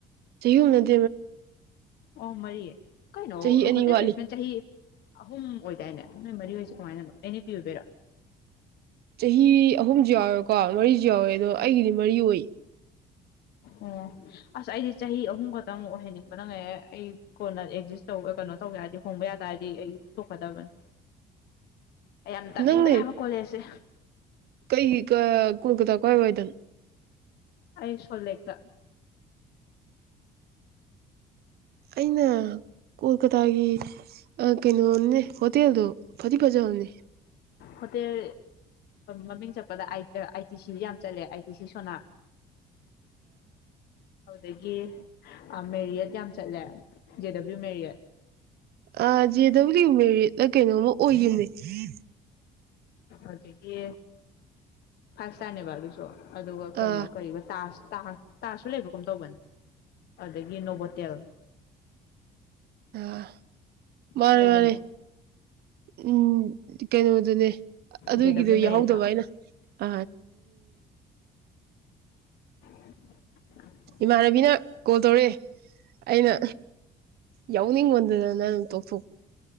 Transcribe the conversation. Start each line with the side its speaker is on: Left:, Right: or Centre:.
Right: ꯆꯍꯤꯅꯗꯤ
Left: ꯑꯣ ꯃꯔꯤ ꯀꯩꯅꯅꯇ
Right: ꯆꯍꯤ ꯑꯅꯤ ꯋꯥꯠꯂꯤ
Left: ꯅ ꯏꯁꯃ ꯆꯥꯌꯦ ꯑꯍꯨꯝ ꯑꯣꯏꯗꯥꯏꯅꯦ ꯅꯣꯏ ꯃꯔꯤ ꯑꯣꯏꯁꯦ ꯀꯃꯥꯏꯅꯅꯣ ꯑꯦꯟꯅꯤ ꯄꯤ ꯑꯣꯏꯕꯤꯔꯣ
Right: ꯆꯍꯤ ꯑꯍꯨꯝꯁꯨ ꯌꯥꯎꯋꯦꯀꯣ ꯃꯔꯤꯁꯨ ꯌꯥꯎꯋꯦ ꯑꯗꯣ ꯑꯩꯒꯤꯗꯤ ꯃꯔꯤ ꯑꯣꯏ
Left: ꯑꯣ ꯑꯁ ꯑꯩꯗꯤ ꯆꯍꯤ ꯑꯍꯨꯝ ꯈꯛꯇꯪ ꯑꯣꯏꯍꯟꯅꯤꯡꯕ ꯅꯪ ꯉꯥꯏ ꯑꯩ ꯀꯣꯟꯅ ꯑꯦꯛꯖꯤꯁ ꯇꯧ ꯀꯩꯅꯣ ꯇꯧꯦ ꯌꯥꯔꯗꯤ ꯍꯣꯡꯕ ꯌꯥ ꯇꯔꯗꯤ ꯑꯩ ꯇꯣꯛꯀꯗꯕꯅꯤ ꯑꯩ ꯌꯥꯝ ꯇꯥꯅꯤꯡꯗ꯭ꯔꯦ
Right: ꯅꯪꯅꯦ
Left: ꯍꯥꯏꯕ ꯀꯣꯂꯦꯖꯁꯦ
Right: ꯀꯩ ꯀ ꯀꯣꯜꯀꯇꯥ ꯀꯏ ꯑꯣꯏꯗꯅ
Left: ꯑꯩꯁꯣꯂꯦ ꯀ
Right: ꯑꯩꯅ ꯀꯣꯜꯀꯇꯥꯒꯤ ꯀꯩꯅꯣꯅꯦ ꯍꯣꯇꯦꯜꯗꯣ ꯐꯗꯤ ꯐꯖꯕꯅꯦ
Left: ꯍꯣꯇꯦꯜ ꯃꯃꯤꯡ ꯆꯠꯄꯗ ꯑꯥꯏ ꯇꯤ ꯁꯤ ꯌꯥꯝ ꯆꯠꯂꯦ ꯑꯥꯏ ꯇꯤ ꯁꯤ ꯁꯣꯅꯥ ꯑꯗꯨꯗꯒꯤ ꯃꯦꯔꯤꯌꯦꯠ ꯌꯥꯝ ꯆꯠꯂꯦ ꯖꯦ ꯗꯕ꯭ꯂꯤꯌꯎ ꯃꯦꯔꯤꯌꯦꯠ
Right: ꯑ ꯖꯦ ꯗꯕ꯭ꯂꯤꯨ ꯃꯦꯗ ꯀꯩꯅꯣꯃ ꯑꯣꯏꯈꯤꯕꯈꯤꯕꯅꯦ
Left: ꯑꯗꯒꯤ ꯐꯥꯏꯚ ꯏꯁꯇꯥꯔꯅꯦꯕ ꯑꯗꯨꯁꯨ ꯑꯗꯨꯒ ꯀꯩꯅꯣ
Right: ꯑꯥ
Left: ꯀꯩ ꯇꯥꯁ ꯇꯥ ꯇꯥꯁꯨ ꯂꯩꯕ ꯀꯨꯝ ꯇꯧꯕꯅꯤ ꯑꯗꯨꯗꯒꯤ ꯅꯣꯕꯣꯇꯦꯜ
Right: ꯑꯥ ꯃꯥꯔꯦ
Left: ꯌꯥꯝ ꯂꯩꯕꯅꯦ
Right: ꯃꯥꯔꯦ ꯎꯝ ꯀꯅꯣꯗꯨꯅꯦ <inaudible> ꯑꯗꯨꯒꯤꯗꯨꯣ
Left: ꯖꯦ ꯗꯕ꯭ꯂꯤꯎ ꯃꯦꯔꯤꯌꯠꯇꯣ
Right: ꯌꯥꯎꯍꯧꯗꯕ ꯑꯩꯅ ꯑ
Left: <inaudible>
Right: ꯏꯃꯥꯟꯅꯕꯤꯅ ꯀꯣꯜ ꯇꯧꯔꯛꯑꯦ ꯑꯩꯅ ꯌꯥꯎꯅꯤꯡꯉꯣꯟꯗꯗꯅꯪ ꯇꯣꯛꯊꯣꯛ